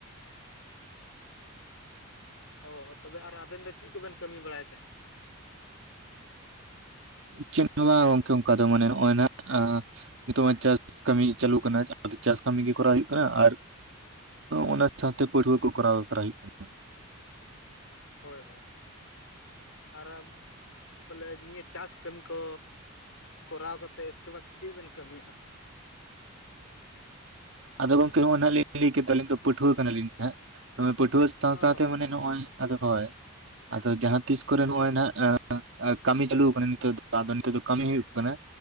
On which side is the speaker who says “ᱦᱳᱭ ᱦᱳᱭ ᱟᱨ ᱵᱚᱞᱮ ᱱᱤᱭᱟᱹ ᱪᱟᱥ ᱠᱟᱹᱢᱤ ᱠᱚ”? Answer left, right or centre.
Left